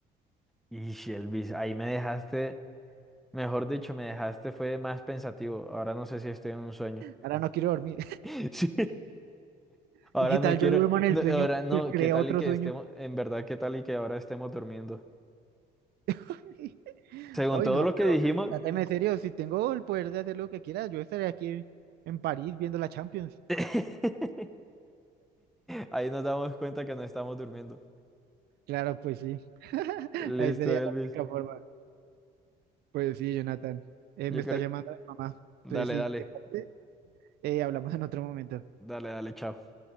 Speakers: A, in the centre; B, on the right.
A: Y Elvis, ahí me dejaste, mejor dicho, me dejaste fue más pensativo. Ahora no sé si estoy en un sueño.
B: Ahora no quiero dormir.
A: <laughs> Sí. Ahora
B: ¿Y qué
A: no
B: tal
A: quiero,
B: yo duermo en el
A: no,
B: sueño
A: ahora no,
B: y creo
A: ¿qué tal
B: otro
A: y que
B: sueño?
A: estemos, en verdad, qué tal y que ahora estemos durmiendo?
B: <laughs>
A: Según
B: Ay,
A: todo
B: no,
A: lo
B: pero
A: que dijimos,
B: tráteme serio, si tengo el poder de hacer lo que quiera, yo estaré aquí en París viendo la Champions.
A: <laughs> ahí nos damos cuenta que no estamos durmiendo.
B: Claro, pues sí,
A: Listo,
B: ahí sería
A: Elvis.
B: la única forma. Pues sí, Jonathan, Eh,
A: Yo
B: me está
A: creo,
B: llamando mi mamá. Entonces,
A: dale,
B: sí,
A: dale,
B: te parece, eh, hablamos en otro momento.
A: dale, dale, chao.